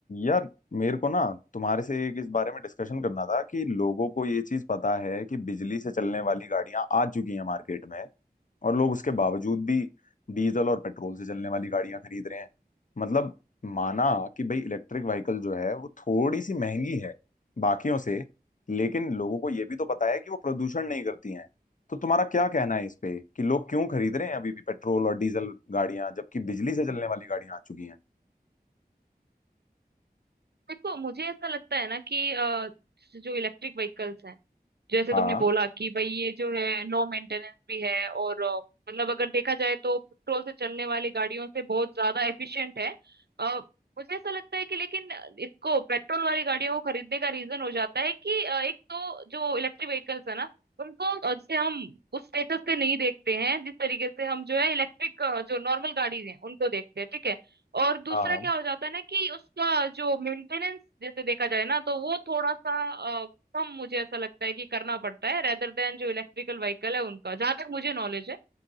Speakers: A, on the left (about 50°); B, on the right (about 85°).
A: यार मेरे को ना तुम्हारे से एक इस बारे में डिस्कशन करना था कि लोगों को ये चीज पता है कि बिजली से चलने वाली गाड़ियां आ चुकी हैं मार्केट में और लोग उसके बावजूद भी डीजल और पेट्रोल से चलने वाली गाड़ियां खरीद रहे हैं मतलब माना कि भाई इलेक्ट्रिक व्हीकल जो है वो थोड़ी सी महंगी है बाकियों से लेकिन लोगों को ये भी तो पता है कि वो प्रदूषण नहीं करती हैं तो तुम्हारा क्या कहना है इस पे कि लोग क्यों खरीद रहे हैं अभी भी पेट्रोल और डीजल गाड़ियां जबकि बिजली से चलने वाली गाड़ियां आ चुकी हैं
B: देखो मुझे ऐसा लगता है ना कि अ, जो इलेक्ट्रिक व्हीकल्स हैं जैसे
A: हाँ
B: तुमने बोला कि भाई ये जो है लो मेंटेनेंस भी है और अ, मतलब अगर देखा जाए तो पेट्रोल से चलने वाली गाड़ियों से बहुत ज्यादा एफिशिएंट है अ, मुझे ऐसा लगता है कि लेकिन इसको पेट्रोल वाली गाड़ियों को खरीदने का रीजन हो जाता है कि अ, एक तो जो इलेक्ट्रिक व्हीकल्स है ना उनको अ, जैसे हम उस स्टेटस से नहीं देखते हैं जिस तरीके से हम जो है इलेक्ट्रिक जो नॉर्मल गाड़ी हैं उनको देखते हैं ठीक है और दूसरा
A: हाँ हाँ।
B: क्या हो जाता है ना कि उसका जो मेंटेनेंस जैसे देखा जाए ना तो वो थोड़ा सा हम मुझे ऐसा लगता है कि करना पड़ता है रेदर देन जो इलेक्ट्रिकल व्हीकल है उनका जहां तक मुझे नॉलेज है